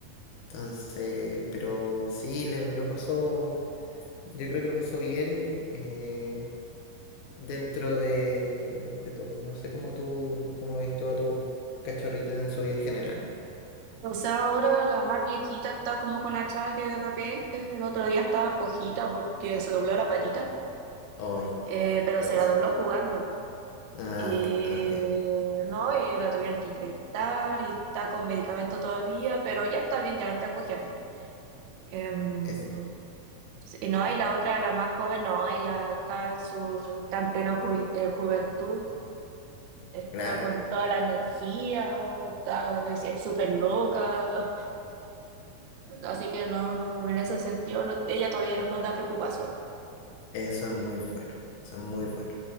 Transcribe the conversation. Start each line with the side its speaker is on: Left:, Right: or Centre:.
Left: entonces, pero sí, le lo pasó. Yo creo que lo pasó bien eh, dentro de, de todo. No sé cómo tú, cómo has visto a tus cachorritas en su vida en general.
Right: O sea, ahora la más viejita está como con achaque de repente. El otro día estaba cojita porque se dobló la patita,
Left: Ay,
Right: eh, pero
Left: pobrecito.
Right: se la dobló jugando. po.
Left: Ah,
Right: Y
Left: ah, bien.
Right: no, y la tuvieron que inyectar y está con medicamento todavía, pero ya está bien, ya no está cogiendo. Em,
Left: Es
Right: y no, y la otra, la más joven, no, ella está en su, está en plena juven- eh, juventud Está
Left: claro.
Right: con toda la energía, está, es es súper loca, así que no, no, en ese sentido no- ella todavía no nos da preocupaciones.
Left: <laughs> Eso es muy bueno. Eso es muy bueno.